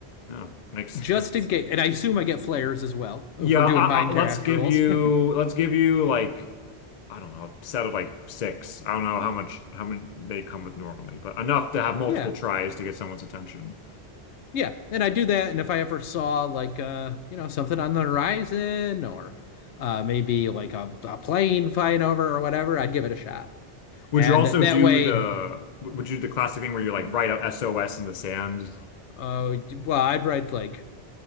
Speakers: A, on the left; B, on the left.
A: No, makes
B: just
A: sense.
B: in case, and I assume I get flares as well
A: Yeah,
B: if we're doing
A: I,
B: Minecraft
A: I, let's give
B: rules.
A: you
B: <laughs>
A: let's give you like I don't know, a set of like six. I don't know how much how many they come with normally, but enough to have multiple
B: Yeah,
A: tries to get someone's attention.
B: yeah, and I do that. And if I ever saw like uh, you know, something on the horizon or uh, maybe like a, a plane flying over or whatever, I'd give it a shot.
A: Would
B: And
A: you also
B: that
A: do
B: way,
A: the w- would you do the classic thing where you like write out SOS in the sand?
B: uh, well, I'd write like